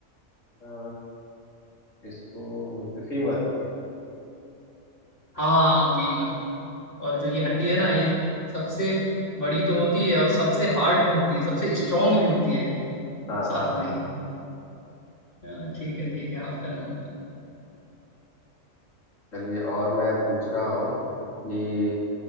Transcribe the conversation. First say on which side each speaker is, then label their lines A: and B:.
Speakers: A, on the left; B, on the left.
A: अ, इसको बोलते फीमर
B: हाँ फीमर फीमर और जो ये हड्डी है ना ये सबसे बड़ी तो होती है और सबसे हार्ड भी होती है सबसे स्ट्रांग भी होती है
A: हाँ
B: साथ
A: हाँ
B: में
A: हाँ
B: ही हाँ, ठीक है ठीक है आपका नंबर
A: चलिए और मैं पूछ रहा हूँ कि